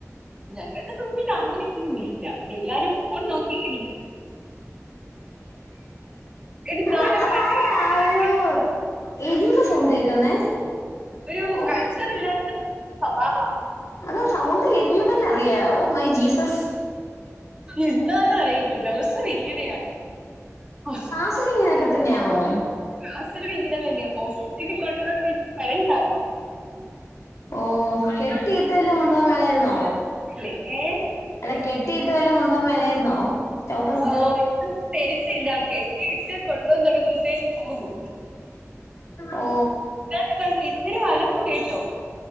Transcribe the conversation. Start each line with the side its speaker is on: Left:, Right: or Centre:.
Right: ഞങ്ങടെ റൂമില് അങ്ങനെയൊന്നുമില്ല എല്ലാരും ഫോൺ നോക്കിങ്ങനെ ഇര് എടി
Left: അത
Right: നാണക്കെടുത്തല്ലെ
Left: അതാരാ
Right: ഇവിടവിടെ ആൾക്കാര്
Left: ഒരു ആ എലിയുടെ സൗണ്ട് കേക്കുന്നേ?
Right: ഒരു
Left: ഓഹ്
Right: കൾച്ചറില്ലാത്ത സ്വഭാവ.
Left: അത് സൗണ്ട് കേക്കുമ്പോ തന്നറിയാ ഓ മൈ ജീസസ്.
Right: എന്താന്നറിയില്ല ദെവസം ഇങ്ങനെയാ ഹൊ
Left: ച്ചിലിങ്ങനക്കതന്നെയാവോ?
Right: ക്ലാസ്സിലു ഇങ്ങനെ തന്നെ ഹോസ്പറ്റില് കൊണ്ടോന് <unintelligible>
Left: ഓഹ് കെട്ടിയിട്ടെല്ലാ കൊണ്ടോവാൻ മോലായിരുന്നോ?
Right: ല്ലേ ഏ
Left: അല്ല കെട്ടിയിട്ട് വല്ലോം കൊണ്ടോന് മേലായിരുന്നോ? ചവിട്ടാടി
Right: ഓഹ് തെരിക്കില്ല കെട്ടിയിട്ട് കൊണ്ടു വാ തോടങ്ങുമ്പോത്ത്ത്തേന് പോകും.
Left: ഓ
Right: തേണ്ട്താണ്ട് ഇത്തിരി വലക്കു കേട്ടോ?